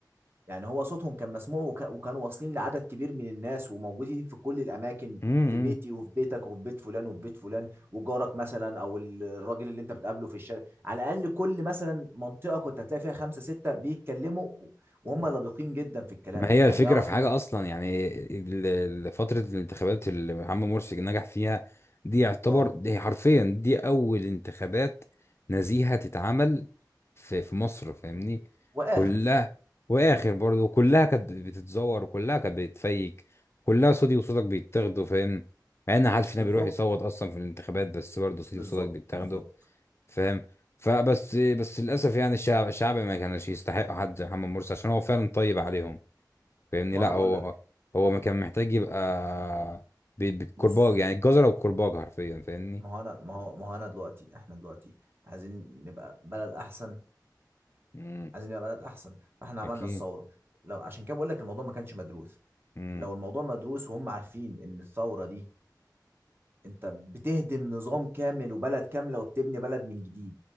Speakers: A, on the right (about 30°); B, on the left (about 35°).
A: يعني هو صوتهم كان مسموع وك... وكانوا واصلين لعدد كبير من الناس وموجودين في كل الاماكن
B: فاهمك
A: في بيتي وفي بيتك وفي بيت فلان وفي بيت فلان وجارك مثلا او ال- الراجل اللي انت بتقابله في الشارع على الاقل كل مثلا منطقه كنت هتلاقي فيها خمسه سته بيتكلموا وهم لبقين جدا في الكلام
B: ما هي
A: يعني
B: الفكرة
A: يعرف
B: في حاجة أصلا يعني ال- ال- فترة الانتخابات اللي محمد مرسي نجح فيها دي يعتبر
A: اه
B: دي حرفيا دي أول انتخابات نزيهة تتعمل في في مصر فاهمني
A: واخر
B: كلها وآخر برضه وكلها كانت بتتزور وكلها كانت بتفيك كلها صوتي وصوتك بيتاخدوا فاهم مع إن محدش فينا
A: بالظبط
B: بيروح يصوت أصلا في الانتخابات بس برضه صوتي
A: بالظبط
B: وصوتك بيتاخدوا
A: بالظبط
B: فاهم فبس بس للأسف يعني الشعب الشعب ما كانش يستحق حد زي محمد مرسي عشان هو فعلا طيب عليهم فاهمني
A: ما
B: لا
A: انا بقول
B: هو
A: لك
B: هو ما كان محتاج يبقى بي- بالكرباج
A: بص
B: يعني الجزرة والكرباج حرفيا فاهمني
A: ما هو انا ما هو ما هو انا دلوقتي احنا دلوقتي عايزين نبقى بلد احسن
B: مم.
A: عايزين نبقى بلد احسن فاحنا عملنا
B: أكيد
A: الثوره لو عشان كده بقول لك الموضوع ما كانش مدروس
B: مم.
A: لو الموضوع مدروس وهم عارفين ان الثوره دي انت بتهدم نظام كامل وبلد كامله وبتبني بلد من جديد